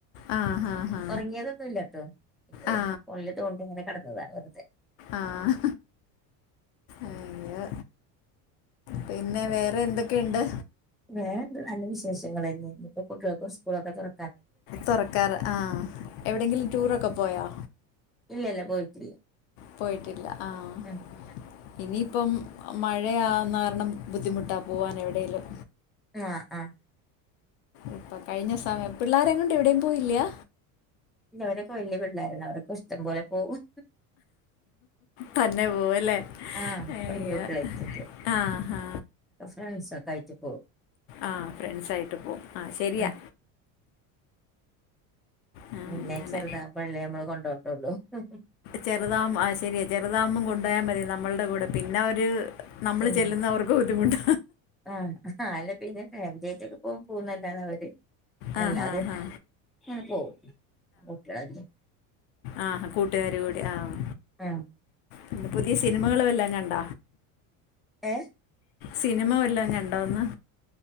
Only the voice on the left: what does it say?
ആ ഹാ ഹാ
ആ
ആഹ് അയ്യോ പിന്നെ വേറെ എന്തൊക്കെയുണ്ട്
തുറക്കാറ് ആ എവിടെയെങ്കിലും ടൂറൊക്കെ പോയോ
പോയിട്ടില്ല ആഹ്
ഇനിയിപ്പം മഴയാന്ന് കാരണം ബുദ്ധിമുട്ടാ പോവാൻ എവിടേലും
ഇപ്പം കഴിഞ്ഞ സമയം പിള്ളാരേം കൊണ്ട് എവിടെയും പോയില്ല
തന്നെ പോവല്ലേ
അയ്യ
ആഹ് ഹാ
ആഹ് ഫ്രണ്ട്സായിട്ട് പോവും ആഹ് ശെരിയാ
ആ,
അങ്ങനെ
ചെറുതാ ആഹ് ശെരിയ ചെറുതാമ്പോ കൊണ്ടോയാ മതി നമ്മളുടെ കൂടെ പിന്നവര് നമ്മള്
ചെല്ലുന്നവർക്ക് ബുദ്ധിമുട്ട
ആ
ഹാ ഹാ
ആഹ് കൂട്ടുകാരു കൂടി ആഹ്
പിന്നെ പുതിയ സിനിമകള് വല്ലോം കണ്ട
സിനിമ വല്ലാം കണ്ടോന്ന്